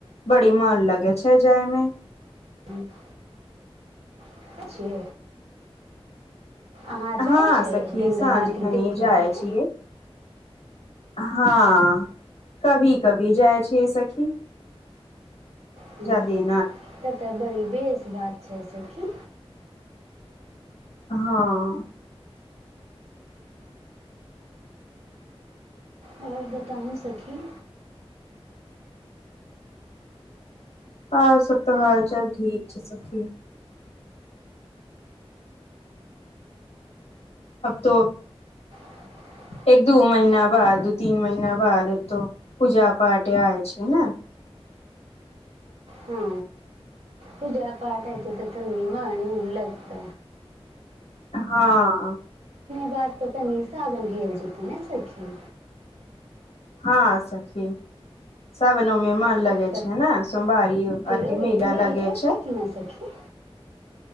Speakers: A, on the left; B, on the right.
A: बड़ी मन लगै छै जायमे
B: ह छिय अहाँ जाइ
A: हँ
B: छै
A: सखी
B: गङ्गा
A: साँझ
B: आरती
A: खनी
B: देखै
A: जाय
B: खातिर
A: छियै हँ कभी कभी जाइ छिय सखी
B: हँ
A: जदि
B: तऽ तऽ बड़ी बेस बात छै सखी
A: हँ
B: आओर बताउ सखी
A: हँ सबत तऽ हाल चाल ठीक छै सी अब तो
B: <inaudible>
A: एक दू महिना बाद तीन महिना बाद त पूजा पाठ आय छै ने
B: हँ पूजा पाठइ छै तऽ ती मनन लगत
A: हँ
B: बात पर कनि सगन भेल जीति नहि सखी
A: हँ सखी सााबनो ओमे म अलगे
B: तऽ
A: छै ह स बारी
B: फेर
A: आरके
B: ओही
A: मला
B: तुम्हारी
A: लागे
B: करे
A: छै
B: कि ना सखी